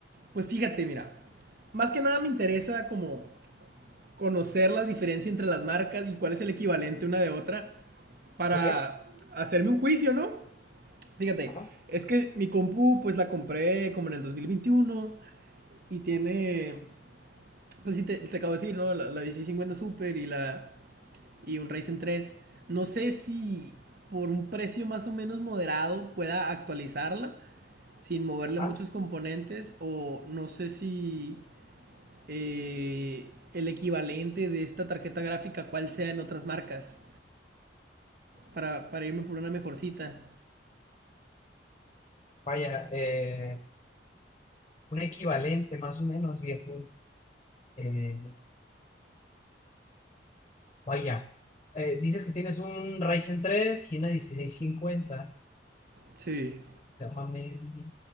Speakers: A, on the right; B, on the left.
A: Pues fíjate, mira. Más que nada me interesa como conocer la diferencia entre las marcas y cuál es el equivalente una de otra para
B: Ok,
A: hacerme un juicio, ¿no? Fíjate,
B: ajá,
A: es que mi compu, pues la compré como en el 2021 y tiene, pues sí, te, te acabo de decir, ¿no? La, la 1650 Super y, la, y un Ryzen tres No sé si por un precio más o menos moderado pueda actualizarla sin moverle
B: ajá.
A: muchos componentes o no sé si eh, el equivalente de esta tarjeta gráfica cuál sea en otras marcas para, para irme por una mejorcita.
B: Vaya, eh, un equivalente más o menos, viejo. Eh, vaya, eh, dices que tienes un Ryzen tres y una dieciséis cincuenta.
A: Sí.
B: gama media